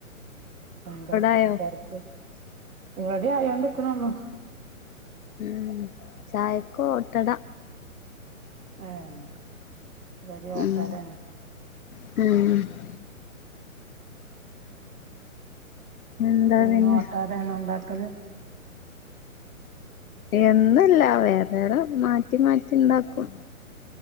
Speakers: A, on the right; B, on the left.
A: എന്താ
B: ആയോ
A: ചോറ്ക്ക് ഇവടിം ആയോണ്ട്ക്ക്ണൊള്ളൂ
B: ഉം ചായക്കോട്ടട
A: ഏഹ് ഇവടിം ഓട്ടടെന്നെ
B: ഉം ഉം എന്താ
A: എന്നും
B: പിന്നെ
A: ഓട്ടടേണോണ്ടാക്കല്
B: എന്നുല്ല വേറെ വേറെ മാറ്റി മാറ്റി ഇണ്ടാക്കും